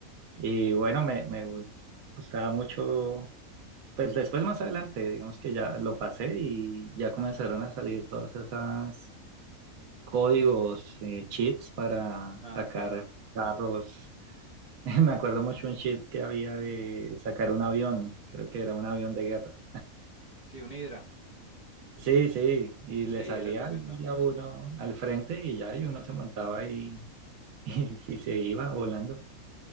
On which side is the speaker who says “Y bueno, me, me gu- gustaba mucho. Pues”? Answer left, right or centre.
Right